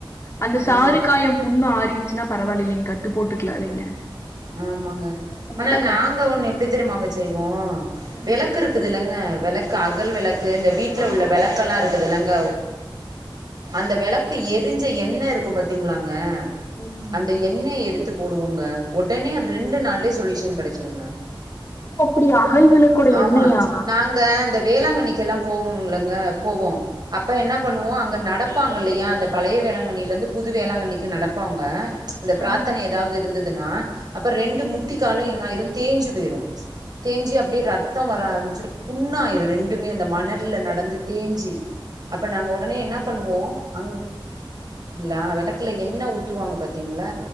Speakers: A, on the left; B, on the right.
A: அந்த சாறுக்காயம்
B: ம்.
A: புண்ணு ஆறிர்ச்சுன்னா பரவாலில்லிங் கட்டு போட்டுக்கலா இல்லைங்க
B: ஆமாங்க
A: இல்லைன்னா
B: ஆனா
A: கட்டு
B: நாங்க
A: போட
B: ஒண்ணு
A: முடியாது
B: எப்டி தெரியுமாங்க செய்வோ
A: ம்
B: விளக் க்கு ருக்குதிலங்க வெளக்கு அகல் வெளக்கு இந்த வீட் வீட்ல
A: ஆமா
B: உள்ள வெளக்கெல்லா இருக்குதுலங்க அந்த வெளக்கு எரிஞ்ச எண்ண இருக்கும் பாத்தீங்களாங்க
A: ம்
B: அந்த எண்ணய எடுத் து போடுவோங்க ஒடனே ரெண்டு நாள்லே சொல்யூஷன் கெடச்சிருங்க
A: ஓ அப்படி அகல் விளக்கோட
B: ஆமா
A: எண்ணெயா
B: நாங்க அந்த வேளாங்கண்ணிக்கெல்லா போவோம்ல்ங்க போவோ அப்ப என்ன பண்ணுவோ
A: ஓ
B: அங்க நடப் ப்பாங்க இல்லையா அந்த பழைய வேளாங்கண்ணியில இருந்து புது வேளாங்கண்ணிக்கு நடப்பாங்க இந்த பிரார்த்தனை
A: ஆ.
B: எதாவது இரு இருந்ததுன்னா அப்ப ரெண்டு முட்டி காலு என்ன ஆய்ரு தேஞ்சு போய்ரு தேஞ்சு அப்டே ரத் தோ வர ஆரம்பிச்சிடு புண்ணாயிரு ரெண்டுமே அந்த மணல்ல நடந்து தேஞ்சி அப்ப நாங்க உடனே என்ன பண்ணுவோ அங் ல வெளக்குல எண்ண ஊத்துவாங்க பாத்தீங்களா